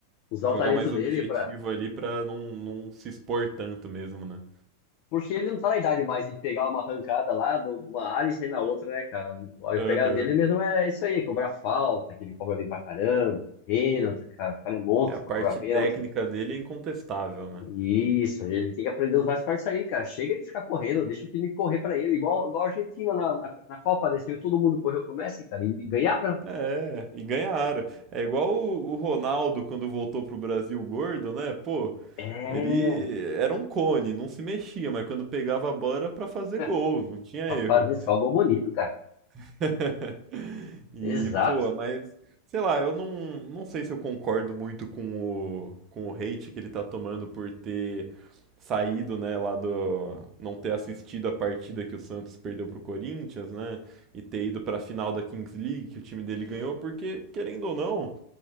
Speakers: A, on the left; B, on the right.
A: usar
B: jogar
A: o talento
B: mais
A: dele
B: objetivo
A: pra.
B: ali pra não, não se expor tanto mesmo, né?
A: Porque ele não tá na idade mais de pegar uma arrancada lá do- de uma área e sair na outra, né, cara? A
B: Aham.
A: pegada dele mesmo é isso aí, cobrar falta, que ele cobra bem pra caramba, pênalti, cara. O cara é monstro
B: É, A parte
A: pra cobrar pênalti.
B: técnica dele é incontestável, né?
A: Isso, ele tem que aprender os mais fortes aí, cara. Chega de ficar correndo, deixa o time correr pra ele, igual, igual a Argentina na, na, na Copa, né? Você viu, todo mundo correu pro Messi, cara, e ganharam.
B: É, e ganharam. É igual o, o Ronaldo quando voltou pro Brasil gordo, né? Pô,
A: É,
B: ele era um cone, não se mexia, mas quando pegava a bola era pra fazer
A: é,
B: gol, não tinha
A: pra
B: erro.
A: fazer só gol bonito, cara.
B: <laughs> E,
A: Exato.
B: pô, mas, sei lá, eu não, não sei se eu concordo muito com o, com o hate que ele tá tomando por ter saído, né, lá do, não ter assistido a partida que o Santos perdeu pro Corinthians, né, e ter ido pra final da Kings League que o time dele ganhou, porque, querendo ou não,